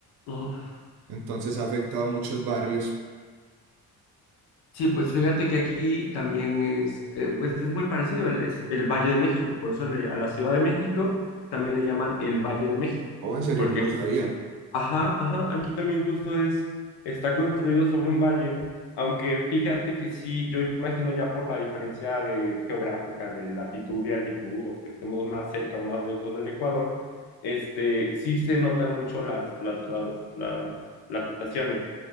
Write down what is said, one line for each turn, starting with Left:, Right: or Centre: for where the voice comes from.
Left: Uf.
Right: Entonces ha afectado a muchos barrios.
Left: Sí, pues fíjate que aquí también es, eh, pues es muy parecido, el- es el Valle de México, por eso le- a la Ciudad de México también le llaman el Valle de México,
Right: Oh, en serio,
Left: porque
Right: no lo sabía.
Left: Ajá, ajá, aquí también justo es, está construido sobre un valle, aunque fíjate que sí, yo imagino ya por la diferencia de geográfica, de latitud y altitud, o que estemos más cerca o más lejos del Ecuador, este, sí se notan mucho las, las, las, las, las estaciones.